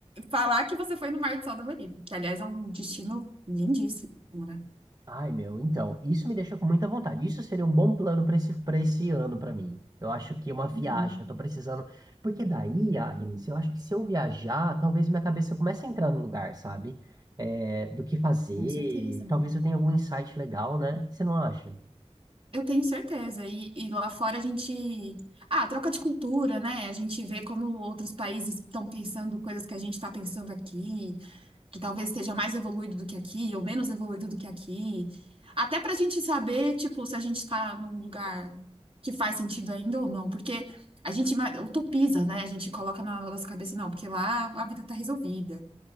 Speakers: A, on the right; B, on the right.
A: Falar que você foi no Mar de Sal da Bolívia, que, aliás, é um destino lindíssimo, né?
B: Ai, meu, então, isso me deixa com muita vontade. Isso seria um bom plano para esse, para esse ano para mim. Eu acho que uma viagem,
A: Uhum,
B: eu tô precisando. Porque daí, Agnes, eu acho que se eu viajar, talvez minha cabeça comece a entrar no lugar, sabe? É, do que fazer.
A: com certeza.
B: Talvez eu tenha algum insight legal, né? Você não acha?
A: Eu tenho certeza. E, e lá fora a gente. Ah, troca de cultura, né? A gente vê como outros países estão pensando coisas que a gente está pensando aqui, que talvez esteja mais evoluído do que aqui, ou menos evoluído do que aqui. Até para a gente saber, tipo, se a gente está num lugar que faz sentido ainda ou não. Porque a gente ma- utopiza, né? A gente coloca na nossa cabeça, não, porque lá a vida está resolvida.